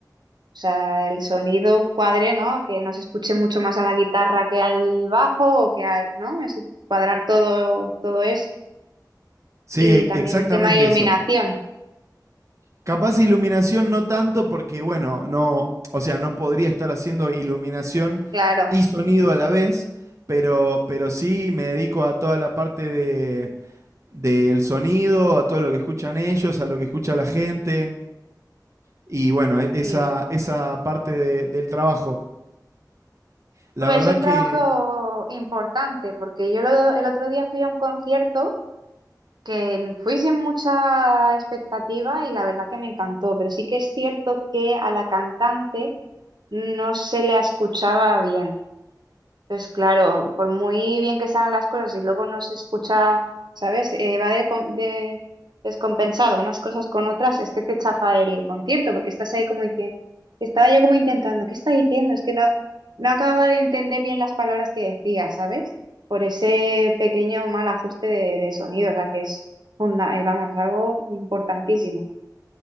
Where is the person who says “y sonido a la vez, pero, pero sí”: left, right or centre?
Right